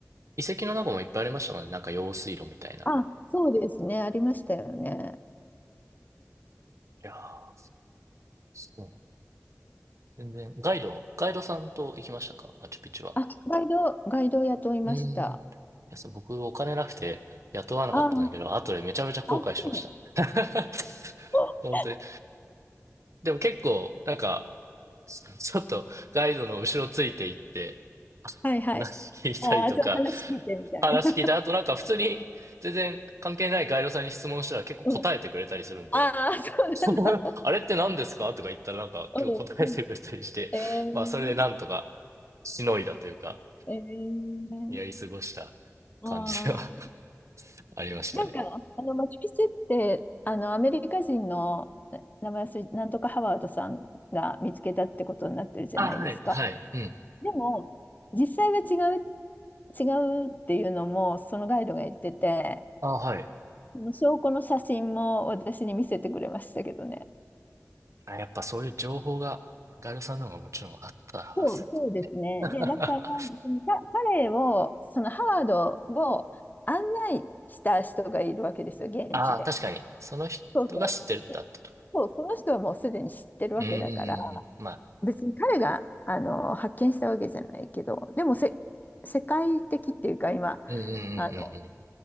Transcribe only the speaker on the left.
あ、そうですね。ありましたよね。
あ、ガイド、ガイドを雇いました。
ああ、
あ、そうな
の
はいはい。
ああ、ちょっと話聞いてみたいな。
うん。ああ、
そうなんだ。
うんうん。えー、
えー、
あ
あ、
なんか、あの、マチュピチュって、あの、アメリカ人のな名前忘れ、なんとかハワードさんが見つけたってことになってるじゃないですか。
でも、実際は違う違うっていうのもそのガイドが言ってて、
その証拠の写真も私に見せてくれましたけどね。
そう、そうですね。
で、だから、そのか彼を、そのハワードを案内した人がいるわけですよ、現地で。
そうそう。で、そう、その人はもうすでに知ってるわけだから、
別に彼があの発見したわけじゃないけど、でもせ、世界的っていうか、今、
あの